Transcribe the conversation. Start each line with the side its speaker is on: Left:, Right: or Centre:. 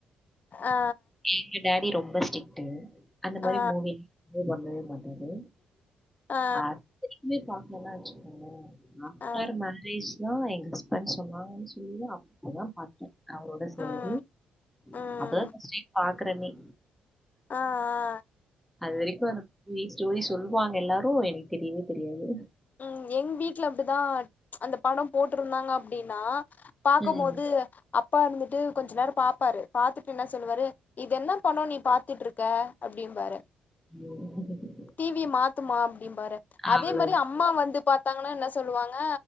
Left: ஆ
Centre: எங்க டாடி ரொம்ப ஸ்ட்ரிக்ட்டு அந்த மாரி
Left: ஆ
Centre: மூவி அலோவ் பண்ணவே மாட்டாரு
Left: ஆ
Centre: அத் து பாக் என வச்சுக்கோங்க ஆஃப்டர்
Left: ஆ
Centre: மேரேஜ் தா எங்க ஹஸ்பண்ட் சொன்னாங்க சொல்லியு அப் அதா பாத்தே அவரோட சேந்து
Left: ம் ம்
Centre: அப்பதா ஃபர்ஸ்ட் டைம் பாக்குறேனே
Left: ஆ அ
Centre: அது வரைக்கு அந்த த்ரீ ஸ்டோரி சொல்லுவாங்க எல்லாரு எனக்கு தெரியவே தெரியாது
Left: ம் எங் வீட்ல அப்டிதா அந்த படோ போட்ருந்தாங்க அப் நா பாக்கபோது
Centre: ம். ம்.
Left: அப்பா இருந்துட்டு கொஞ்ச நேர பாப்பாரு பாத்துட்டு என்ன சொல்லுவாரு இது என்ன படோ நீ பாத்துட்ருக்க அப்டிம்பாரு
Centre: ம்.
Left: டீவிய மாத்துமா அப்டிம்பாரு அதே
Centre: அவ்ளோதான்.
Left: மாரி அம் ம்மா வந்து பாத்தாங்கனா என்ன சொல்லுவாங்க